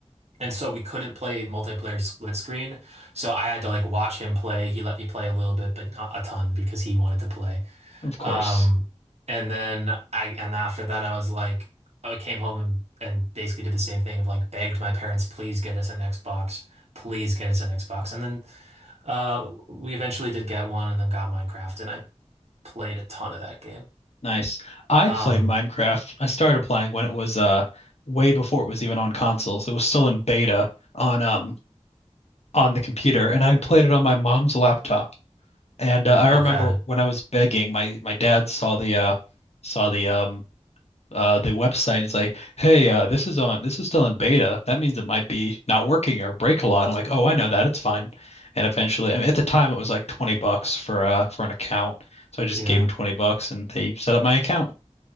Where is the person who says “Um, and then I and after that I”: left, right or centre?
Right